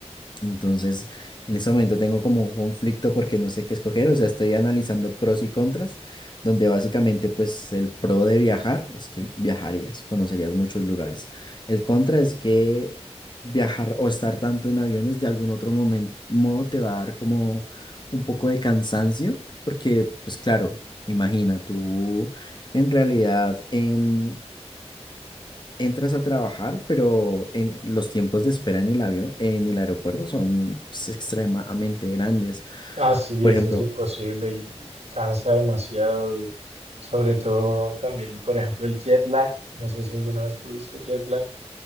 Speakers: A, on the left; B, on the right.
A: Entonces, en ese momento tengo como un conflicto porque no sé qué escoger, o sea, estoy analizando pros y contras, donde básicamente pues el pro de viajar es que viajarías, conocerías muchos lugares. El contra es que viajar o estar tanto en aviones de algún otro momento, modo te va a dar como un poco de cansancio, porque pues claro, imagina tú en realidad... em, entras a trabajar, pero en, los tiempos de espera en el avión, en el aeropuerto son pues, extremadamente grandes.
B: Ah, sí,
A: Por
B: eso
A: ejemplo,
B: es imposible y cansa demasiado y sobre todo también, por ejemplo, el jet lag, no sé si alguna vez tuviste jet lag,